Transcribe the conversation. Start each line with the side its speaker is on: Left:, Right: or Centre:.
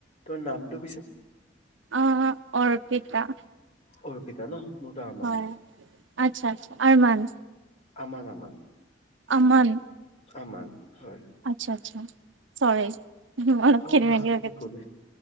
Left: তোমাৰ নামটো পিছে?
Right: অ', অ', অৰ্পিতা।
Left: অৰ্পিতা ন'? মোৰতো আমান
Right: হয়, আচ্ছা আচ্ছা, আৰ্মান।
Left: আমান, আমান।
Right: অমন।
Left: আমান হয়
Right: আচ্ছা আচ্ছা চৰে উ মন
Left: অ
Right: খেলি মেলি হয়
Left: একো